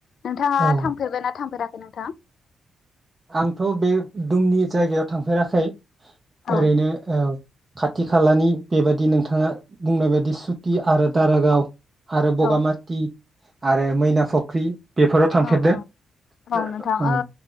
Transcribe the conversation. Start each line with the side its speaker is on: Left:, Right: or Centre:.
Left: नोंथाङा
Right: औ
Left: थांफेरबाय ना थांफेराखै? नोंथां
Right: आंथ' बे दुमनि जायगायाव थांफेराखै
Left: औ
Right: ओरैनो औ खाथि खालानि बेबायदि नोंथाङा बुंनाय बायदि सुकि आरो दारागाव आरो बगामाथि
Left: औ
Right: आरो मैना फख्रि बेफोराव थांफेरदों
Left: औ औ
Right: ओ‌
Left: नोंथां
Right: औ।
Left: ओ